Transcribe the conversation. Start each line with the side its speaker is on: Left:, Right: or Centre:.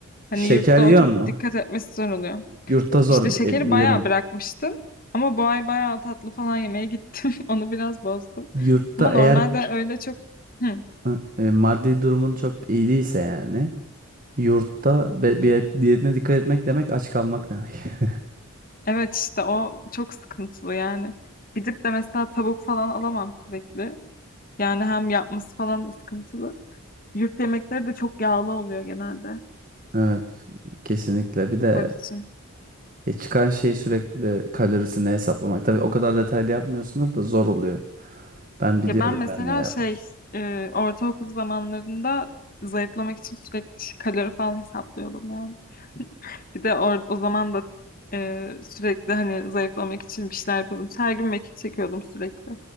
Left: hani
Right: Şeker
Left: yurtta
Right: yiyorsun
Left: o çok
Right: mu?
Left: dikkat etmesi zor oluyor.
Right: Yurtta zor
Left: İşte şekeri
Right: e, bilirim.
Left: bayağı bırakmıştım ama bu ay bayağı tatlı falan yemeye gittim. <laughs> Onu biraz bozdum.
Right: Yurtta
Left: Ama normalde
Right: eğer
Left: öyle çok... Hı.
Right: Ha, e, maddi durumun çok iyi değilse yani yurtta be- bir diyetine dikkat etmek demek aç kalmak demek. <laughs>
Left: Evet işte o çok sıkıntılı yani. Gidip de mesela tavuk falan alamam sürekli. Yani hem yapması falan da sıkıntılı. Yurt yemekleri de çok yağlı oluyor genelde.
Right: Evet kesinlikle bir de
Left: Barışçı.
Right: e, çıkan şey sürekli kalorisini hesaplamak. Tabii o kadar detaylı yapmıyorsunuz da zor oluyor. Ben biliyorum
Left: Ya ben mesela
Right: ben de yapmıştım.
Left: şey e, ortaokul zamanlarında zayıflamak için sürekli kalori falan hesaplıyordum yani. Bir de or o zaman da e, sürekli hani zayıflamak için bir şeyler yapıyordum. Her gün mekik çekiyordum sürekli.